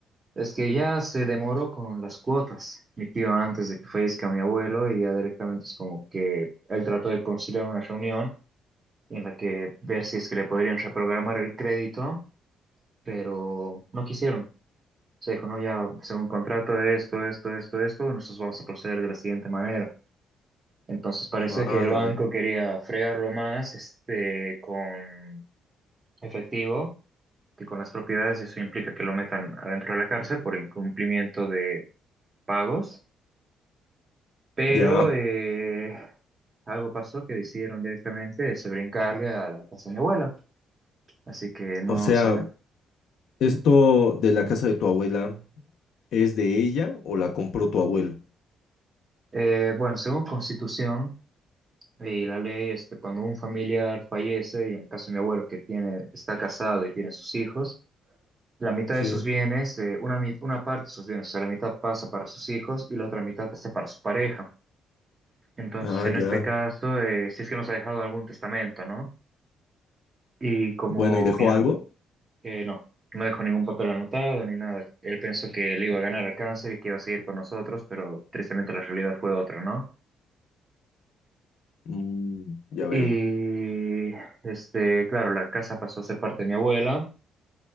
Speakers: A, on the right; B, on the left.
A: Es que ya se demoró con las cuotas, mi tío, antes de que fallezca mi abuelo, y ya directamente es como que él trató de conciliar una reunión en la que ver si es que le podrían reprogramar el crédito pero no quisieron. Se dijo, no, ya, según contrato esto, esto, esto, esto, nosotros vamos a proceder de la siguiente manera. Entonces parecía
B: Ah,
A: que el
B: la
A: banco
B: vaina.
A: quería fregarlo más, este, con efectivo que con las propiedades. Eso implica que lo metan adentro de la cárcel por incumplimiento de pagos. Pero
B: Ya.
A: eh, algo pasó que decidieron directamente este, brincarle a la casa de mi abuela. Así que no
B: O sea,
A: saben.
B: ¿Esto
A: ¿Mm?
B: de la casa de tu abuela es de ella o la compró tu abuelo?
A: Eh, bueno, según Constitución, Y la ley, este, cuando un familiar fallece, y en el caso de mi abuelo que tiene, está casado y tiene sus hijos, la mitad
B: Sí.
A: de sus bienes, eh, una, mi- una parte de sus bienes, o sea, la mitad pasa para sus hijos y la otra mitad pasa para su pareja. Entonces,
B: Ah,
A: en este
B: ya.
A: caso, eh, si es que nos ha dejado algún testamento, ¿no? Y como
B: Bueno, ¿y dejó
A: mi, a-
B: algo?
A: eh, no, no dejó ningún papel anotado ni nada. Él pensó que le iba a ganar al cáncer y que iba a seguir con nosotros, pero tristemente la realidad fue otra, ¿no?
B: Mm, ya veo.
A: Y, este, claro, la casa pasó a ser parte de mi abuela.